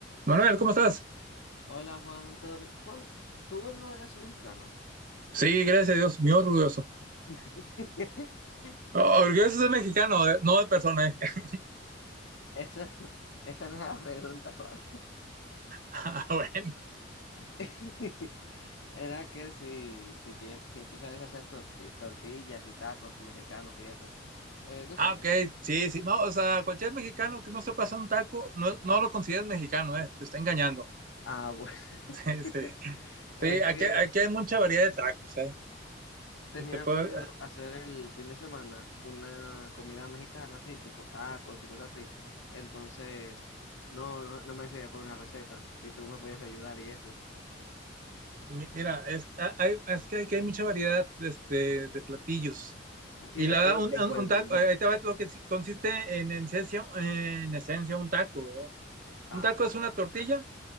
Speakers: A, on the right; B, on the left.
A: Manuel, ¿cómo estás?
B: Hola Juan, ¿todo bien? Juan, ¿tú no eres mexicano?
A: Sí, gracias a Dios, muy orgulloso.
B: <laughs>
A: Oh, orgulloso de mexicano, eh, no de persona, eh. <laughs>
B: Esa, esa no era la pregunta, Juan.
A: Ah, bueno.
B: <laughs> Era que si, si, tien- si tú sabes hacer tosti- tortillas y tacos mexicanos y eso. Eh, tú
A: Ah,
B: sabes.
A: ok, sí, sí. No, o sea, cualquier mexicano que no se pasa un taco, no, no lo consideras mexicano, eh. Te está engañando.
B: Ah, bueno.
A: <laughs> Sí, sí.
B: <laughs> Es
A: Sí, aquí,
B: que
A: aquí hay mucha variedad de tacos, eh.
B: tenía
A: Y te puedo-
B: planeado hacer el fin de semana una comida mexicana, así, tipo tacos y cosas así. Entonces, no, no, no me decidí por una receta, si tú me puedes ayudar y eso.
A: mi- Mira, es, ah, hay- es que aquí hay mucha variedad de, este, de platillos.
B: Tienes
A: Y la verdad,
B: todo el
A: un,
B: tiempo
A: un-
B: del
A: un
B: mundo.
A: taco, eh,
B: <laughs>
A: ahí te va lo que sí- consiste en, en esencia, en esencia un taco, ¿verdad?
B: A
A: Un taco
B: ver,
A: es una tortilla